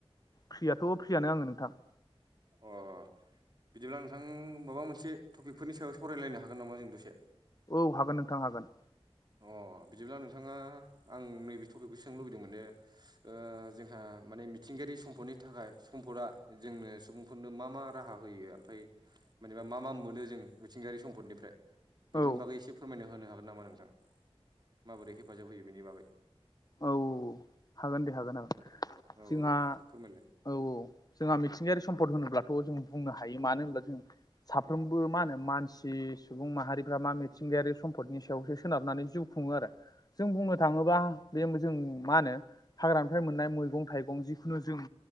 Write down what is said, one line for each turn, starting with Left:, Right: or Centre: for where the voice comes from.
Left: फ्रियाथ' फ्रियानो आङो नोंथां।
Right: अ। बिदिब्ला नोंथां माबा मोनसे टपिकफोरनि सायाव सावरायलायनो हागोन नामा जों दसे?
Left: औ हागोन नोंथां हागोन।
Right: अ बिदिब्ला नोंथाङा आं नैबे टपिकखौ सोंनो लुबैदों मोने ओ जोंहा माने मिथिंगायारि सम्फदनि थाखाय सम्फदा जोंनो सुबुं बुंफोरनो मा मा राहा होयो ओमफ्राय मेनेबा मा मा मोनो जों मिथिंगायारि सम्पदनिफ्राय? बिफोरनि
Left: औ
Right: बागै एसे फोरमायना होनो हागोन नामा नोंथां माबोरै हेफाजाब होयो बेनि बागै
Left: औ हागोन दे हागोन ओं
Right: औ
Left: जोंहा
Right: औ दे नोंथां फोरमायलाय
Left: औ औ जोंहा मिथिंगायारि सम्पद होनोब्लाथ' जों बुंनो हायो मानो होनोब्ला जों साफ्रोमबो मा होनो मानसि सुबुं माहारिफ्रा मा मिथिंगायारि सम्पदनि सायावसो सोनारनानै जिउ खुङो आरो जों बुंनो थाङोब्ला बे जों मा होनो हाग्रानिफ्राय मोननाय मैगं-थाइगं जिखुनु जों